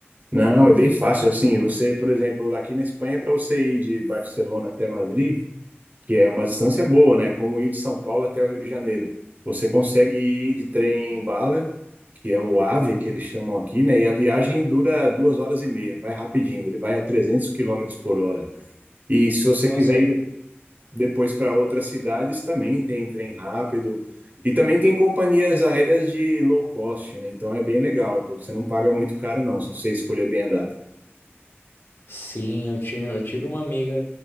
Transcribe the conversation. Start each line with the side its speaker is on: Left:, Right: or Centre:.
Right: Não, é bem fácil. Assim, você, por exemplo, aqui na Espanha, para você ir de Barcelona até Madrid, que é uma distância boa, né? Como ir de São Paulo até o Rio de Janeiro. Você consegue ir de trem bala, que é o AVE, que eles chamam aqui, né? E a viagem dura duas horas e meia, vai rapidinho. Ele vai a 300 quilômetros por hora. E se você
Left: Nossa,
Right: quiser ir de- depois para outras cidades, também tem trem rápido. E também tem companhias aéreas de low cost, né? Então é bem legal, porque você não paga muito caro, não, se você escolher bem a data.
Left: sim, eu tinha, eu tive uma amiga